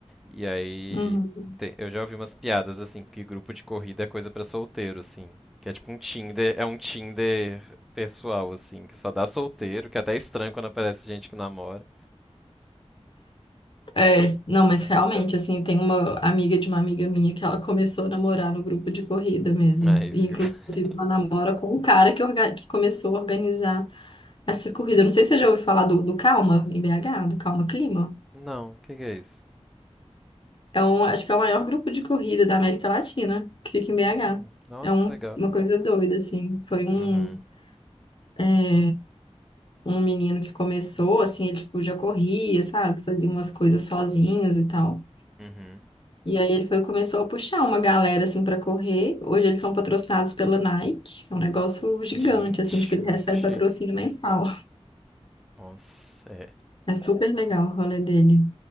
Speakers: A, in the centre; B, on the left.
A: E aí
B: Uhum.
A: te- eu já ouvi umas piadas assim que grupo de corrida é coisa pra solteiro, assim. Que é tipo um Tinder, é um Tinder pessoal, assim, que só dá solteiro, que é até é estranho quando aparece gente que namora.
B: É, não, mas realmente, assim, tem uma amiga de uma amiga minha que ela começou a namorar no grupo de corrida mesmo.
A: Aí, viu?
B: E, inclusive,
A: <laughs>
B: ela namora com um cara que, orga- que começou a organizar essa corrida. Eu Não sei se você já ouviu falar do, do Calma, em BH, do Calma Clima.
A: Não, o que que é isso?
B: É um, acho que é o maior grupo de corrida da América Latina, que fica
A: Hum,
B: em BH.
A: nossa,
B: É um-
A: que legal.
B: uma coisa doida, assim. Foi um,
A: Uhum,
B: é, um menino que começou, assim, ele, tipo, já corria, sabe? Fazia umas coisas sozinhos e tal.
A: uhum.
B: E aí ele foi e começou a puxar uma galera assim para correr. Hoje eles são patrocinados pela Nike. É um negócio gigante
A: Gente,
B: assim, tipo, ele
A: muito
B: recebe
A: chique.
B: patrocínio mensal.
A: Nossa, é.
B: É super legal o rolê dele.